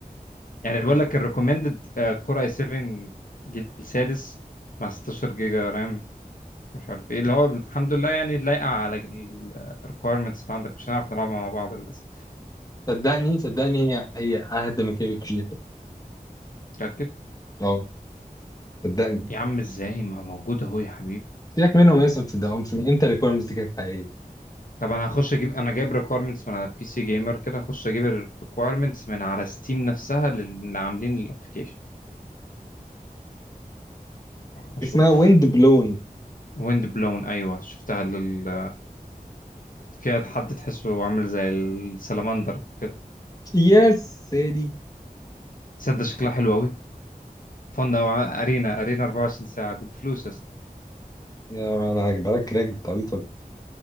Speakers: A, on the left (about 60°); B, on the left (about 25°).
A: يعني بقول لك الريكومندد كور اي 7 جيل سادس مع 16 جيجا رام مش عارف ايه اللي هو الحمد لله يعني لايقه على الريكويرمنتس اللي عندك مش هنعرف نلعبها مع بعض للاسف
B: <laughs> صدقني صدقني هي هي اهدى من كده بكتير
A: متاكد
B: اه صدقني
A: يا عم ازاي ما هو موجود اهو يا حبيبي
B: سيبك منهم يا اسطى ما تصدقهمش من امتى الريكويرمنتس دي كانت حقيقية
A: طب انا هخش اجيب انا جايب ريكويرمنتس من على بي سي جيمر كده هخش اجيب الريكويرمنتس من على ستيم نفسها لل- اللي عاملين الابلكيشن اشوف
B: اسمها ويند بلون
A: ويند بلون ايوه شفتها لل... فيها حد تحسه عامل زي السلمندر كده
B: يا سيدي
A: تصدق شكلها حلو قوي فن او ارينا ارينا 24 ساعه دي بفلوس يا اسطى
B: يا انا هجيبها لك كراك طبيعي طبيعي